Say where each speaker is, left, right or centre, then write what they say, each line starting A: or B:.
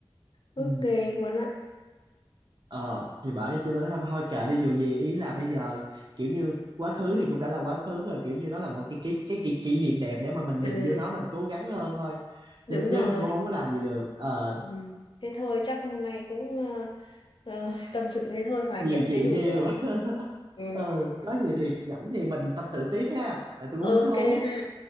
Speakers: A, on the left (about 65°); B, on the right (about 50°).
A: Ước
B: ừ
A: ghê luôn á.
B: ờ thì bởi cho nên thôi thôi kệ đi dù gì ý là bây giờ kiểu như quá khứ thì cũng đã là quá khứ rồi kiểu như nó là một cái cái cái kỷ, kỷ niệm đẹp để mà mình
A: Ừ,
B: nhìn vô nó mình cố gắng hơn thôi
A: đúng
B: nhìn chứ
A: rồi.
B: cũng không có làm gì được ờ
A: Ừ. Thế thôi, chắc hôm nay cũng ờ, ờ, tâm sự thế thôi, hoài
B: nhiều
A: niệm
B: chuyện
A: thế đủ
B: nhiều
A: rồi.
B: <laughs>
A: Ừ,
B: ờ có gì thì rảnh thì mình tâm sự tiếp ha tại tôi cũng hứng
A: ok
B: thú
A: ha.